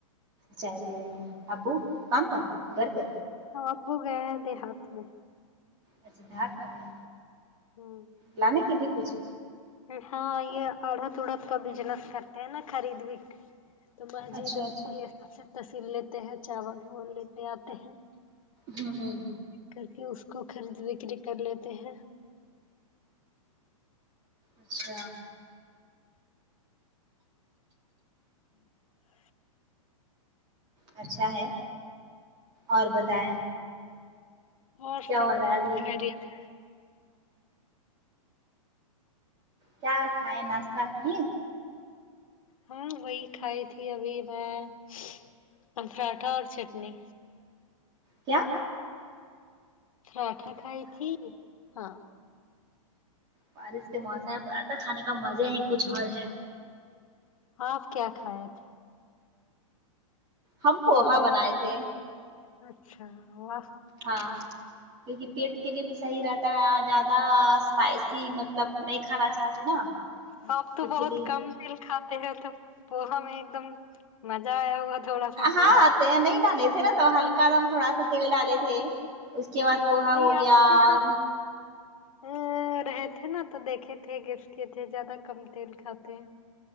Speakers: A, on the right; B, on the left.
A: چائے بھی رہی ہیں ابو کام پر گھر پہ
B: ہاں ابو گئے ہیں دیہات میں
A: اچھا دیہات میں گیے
B: ہوں
A: لانے کے لیے کچھ
B: ہاں یہ اڑھد اڑھد کا بجنس کرتے ہیں نا خرید بھی تو مسجد
A: اچھا اچھا
B: یہ سب سے تصیر لیتے ہیں چاول واول لیتے آتے ہیں
A: ہمم ہوں
B: کر کے اس کو خرید کر لیتے ہیں
A: اچھا
B: ٹھیک
A: اچھا ہے اور بتائیں
B: اور
A: کیا
B: سب
A: ہو رہا ہے ابھی
B: خیریت ہے
A: کیا کھائے ناشتہ کیے
B: ہاں وہی کھائی تھی ابھی میں پراٹھا اور چٹنی
A: کیا
B: پراٹھا کھائی تھی ہاں
A: بارش کے موسم میں پراٹھا کھانے کا مزہ ہی کچھ اور ہے
B: آپ کیا کھائے تھے
A: ہم پوہا بنائے تھے
B: اچھا واہ
A: ہاں کیونکہ پیٹ کے لیے بھی صحیح رہتا ہے زیادہ اسپائ ای مطلب نہیں کھانا چاہتے نا
B: باپ تو
A: اس
B: بہت
A: لیے
B: کم تل کھاتے ہیں تو پوہا میں ایک دم مزہ آیا ہوا تھوڑا سا پو
A: ہاں تیل نہیں ڈالے تھے نا تو ہلکا دم تھوڑا سا تیل ڈالے تھے اس کے بعد پوہا
B: نہیں
A: ہو
B: آپ
A: گیا
B: کے ساتھ
A: اور
B: ا رہے تھے نا تو دیکھے تھے گیس کے تھے زیادہ کم تیل کھاتے ہیں